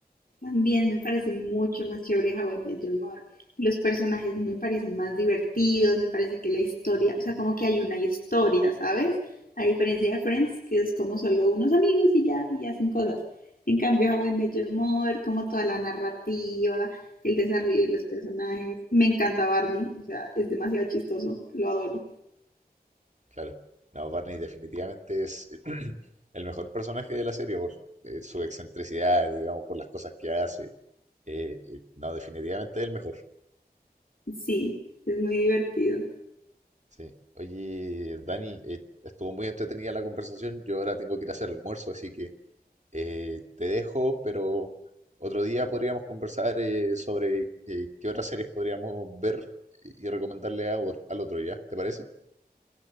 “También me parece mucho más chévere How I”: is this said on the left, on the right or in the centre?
Left